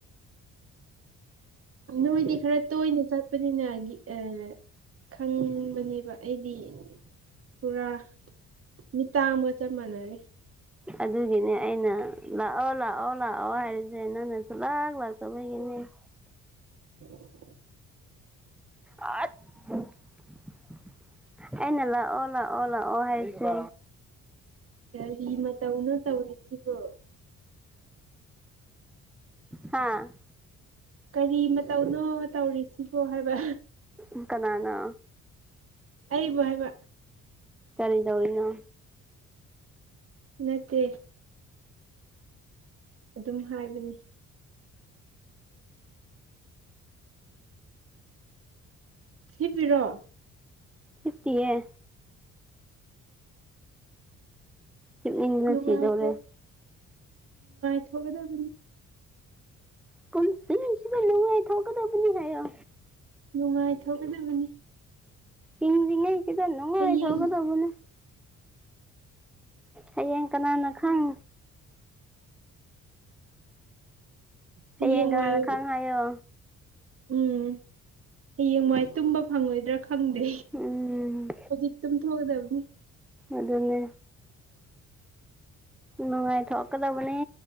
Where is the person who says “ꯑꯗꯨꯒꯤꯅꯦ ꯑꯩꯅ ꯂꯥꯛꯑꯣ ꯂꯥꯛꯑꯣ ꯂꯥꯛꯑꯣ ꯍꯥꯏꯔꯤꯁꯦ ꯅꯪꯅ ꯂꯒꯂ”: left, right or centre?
Centre